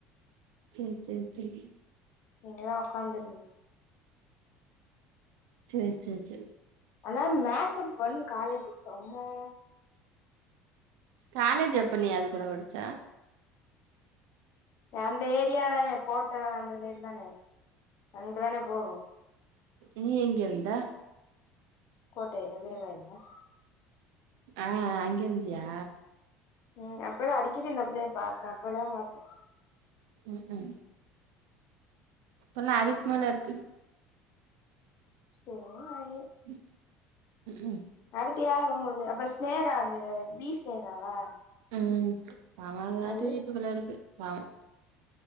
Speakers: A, on the right (about 80°); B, on the left (about 55°).
A: சேரி சேரி சேரி
B: இங்க தான் உக்காந்து இருந்துச்சு
A: சேர் சேர் சேர்
B: அனா மேக்கப் பண்ணும் காலேஜுக்கு அம்மா
A: காலேஜ் எப்ப நீ அது கூட படிச்ச
B: அந்த ஏரியா தானே கோட்ட அந்த சைடு தானே அங்கட்டு தானே போனும்
A: நீ எங்க இருந்த
B: கோட்டையில எதிரங்காயில
A: ஆ ஆ அங்கேருந்தியா
B: ம் அப்ப தான் அடிக்கடி இந்த புள்ளைய பாப்பேன் அப்ப தான் பாத்தேன்
A: உஹும் அப்பன்னா அதுக்கு மேல இருக்கு
B: போ ஆய்
A: ம் உம்
B: அடுத்து யாரு உங்களுக்கு அப்றோ ஸ்னேகானு வீ ஸ்னேகாவா
A: ம் அவ காட்டு
B: அது
A: வீட்டுக்குள்ள இருக்கு பாவோ